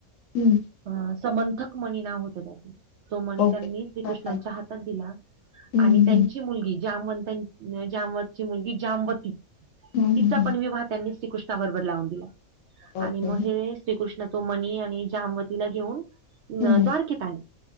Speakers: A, on the left; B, on the right.
A: हम्म
B: अ समंथक मणी नाव होतं त्याच तो मणी
A: ओके.
B: त्यांनी श्रीकृष्णांच्या
A: हां, हां.
B: हात हातात दिला
A: हं,
B: आणि
A: हं,
B: त्यांची
A: हं.
B: मुलगी जामवंताच जामवंताची मुलगी जामवती,
A: हं,
B: तिचा
A: हं, हं.
B: पण विवाह त्यांनी श्रीकृष्णाबरोबर लावून दिला
A: ओके.
B: आणि म हे, श्रीकृष्ण तो मनी आणि जामवतीला घेऊन
A: हं,
B: द्वारकेत आले